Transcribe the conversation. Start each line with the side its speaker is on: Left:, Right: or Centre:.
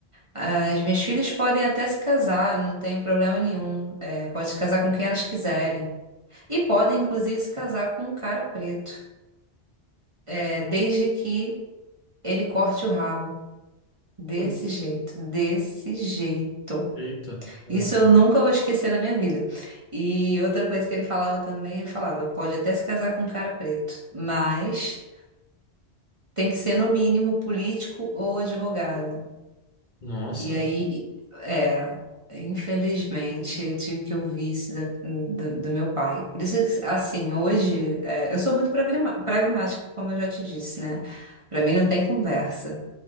Right: As minhas filhas podem até se casar, não tem problema nenhum. É, pode se casar com quem elas quiserem. E podem, inclusive, se casar com um cara preto. É, desde que ele corte o rabo. Desse
Left: Poxa,
Right: jeito, desse jeito.
Left: eita, caramba.
Right: Isso eu nunca vou esquecer na minha vida. E outra coisa que ele falava também, ele falava, pode até se casar com um cara preto, mas tem que ser no mínimo político ou advogado.
Left: Nossa.
Right: E aí, é, infelizmente, eu tive que ouvir isso da- do, do meu pai. Por isso, assim, hoje, é, eu sou muito pragma- pragmática, como eu já te disse, né? Pra mim não tem conversa.